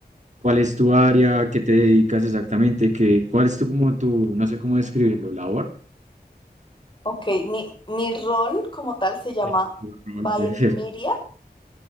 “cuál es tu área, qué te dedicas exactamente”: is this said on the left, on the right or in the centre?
Right